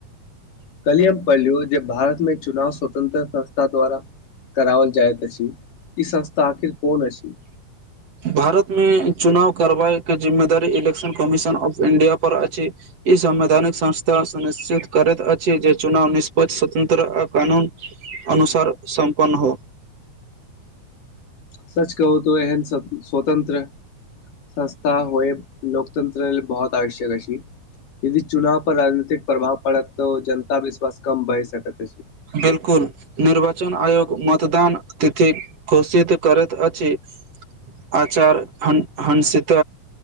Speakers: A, on the left; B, on the right.
A: कलियम परलु जे भारतमे चुनाव स्वतन्त्रता संस्था द्वारा करावल जायत अछि इ संस्था आखिर कोन अछि
B: भारतमे चुनाव कार्रवाई के जिम्मेदार इलेक्शन कमीशन ऑफ इंडिया पर अछि ई संवैधानिक संस्था निश्चित करैत अछि जे चुनाव निष्प्ष स्वतन्त्र आ कानून अनुसार सम्पन्न हो <unintelligible>
A: सच कहू त एहन स्वतन्त्र संस्था होइ लोककतन्त्र बहुत आवश्यक अछि यदि चुनाव पर राजनीतिक प्रभाव पड़त तऽ जनता विश्वास कम भय सक त अछि
B: बिल्कुल निर्वाचन आयोग मतदान तिथि घोषित करैत अछि <unintelligible> आचार हंसित